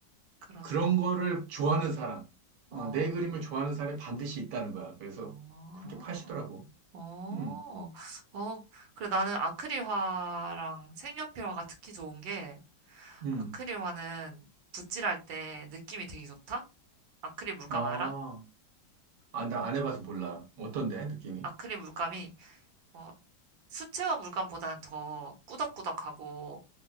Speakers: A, on the right; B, on the right.
A: 그렇네.
B: 그런 거를 좋아하는 사람, 어,
A: 어,
B: 내 그림을 좋아하는 사람이 반드시 있다는 거야. 그래서
A: 어,
B: 그렇게 파시더라고.
A: 어,
B: 음,
A: 어. 그래, 나는 아크릴화랑 색연필화가 특히 좋은 게
B: 음.
A: 아크릴화는 붓질할 때 느낌이 되게 좋다? 아크릴 물감
B: 아,
A: 알아?
B: 아, 나 안 해봐서 몰라. 어떤데, 느낌이?
A: 아크릴 물감이 어, 수채화 물감보다는 더 꾸덕꾸덕하고